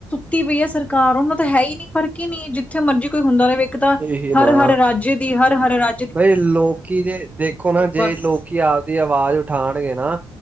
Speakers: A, on the left; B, on the right.
A: ਕਿ ਵੀ ਇਹ ਸਰਕਾਰ ਉਹਨੂੰ ਤਾਂ ਹੈ ਹੀ ਨਹੀਂ ਫਰਕ ਹੀ ਨਹੀਂ ਜਿੱਥੇ ਮਰਜ਼ੀ ਕੋਈ ਹੁੰਦਾ ਰਹੇ ਇੱਕ ਤਾਂ
B: ਇਹੀ ਨਾ
A: ਹਰ ਹਰ ਰਾਜ ਦੀ ਹਰ ਹਰ ਰਾ
B: ਬਈ ਲੋਕੀ ਜੇ ਦੇਖੋ ਨਾ ਜੇ
A: ਬਸ
B: ਲੋਕੀ ਆਪਦੀ ਆਵਾਜ਼ ਉਠਾਣਗੇ ਨਾ।